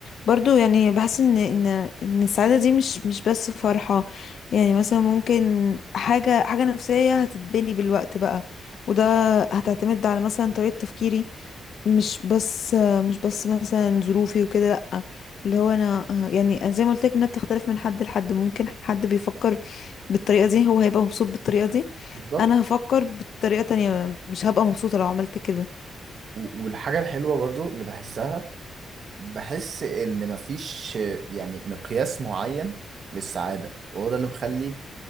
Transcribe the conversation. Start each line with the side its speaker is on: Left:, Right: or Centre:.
Left: برضو يعني بحس ان ان ان السعاده دي مش مش بس فرحه يعني مثلا ممكن حاجه حاجه نفسيه هتتبني بالوقت بقى وده هتعتمد على مثلا طريقه تفكيري مش بس مش بس مثلا ظروفي وكده لأ اللي هو انا يعني أنا زي ما قلت لك انها بتختلف من حد لحد ممكن حد بيفكر بالطريقه دي هو هيبقى مبسوط بالطريقه دي
Right: بالظبط
Left: انا هفكر بطريقه تانية مش هبقى مبسوطه لو عملت كده
Right: و- والحاجه الحلوه برضو اللي بحسها بحس ان مفيش آه، يعني مقياس معين للسعاده وهو ده اللي مخلي